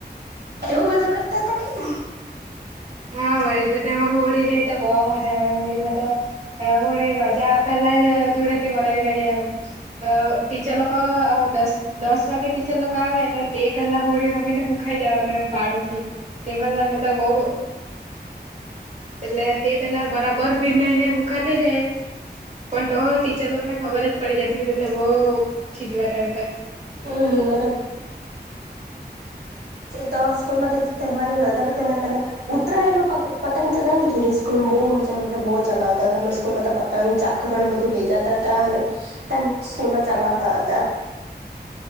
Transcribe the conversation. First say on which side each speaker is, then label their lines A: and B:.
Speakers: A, on the right; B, on the right.
A: એવું બધું કરતા હતા કે
B: હારી તો તેમાં હોળી રે તો બઉ મજા આવે હોળીમાં તો હોળી રજા પેલા દુડા બના ગઢ ટીચર લોકો દસ દસ વાગે ટીચર લોકો આવે એટલે તે પેલા હોળી રમીને મખાઈ જાવ ને પાણીથી તે પેલાને તો બહ એટલે તે પેલા બરાબર ભીનાઈને હુકા થઈ જાય પણ તો ટીચર લોકોને ખબર જ પડી જતી એટલે બઉ ખીજવાતાા
A: હમ એ તો સ્કૂલ માં તહેવાર ની રજા તેને પેલા ઉત્તરાયણ નો પતંગ ચગાલી કે નહી સ્કૂલમાં બહુ મજા મ બહુ ચગાવતા હતા હમ સ્કૂલમાં પતંગ ચાકરને બધું લઇ જતા હતા અને સ્કૂલમાં ચલાવતા હતા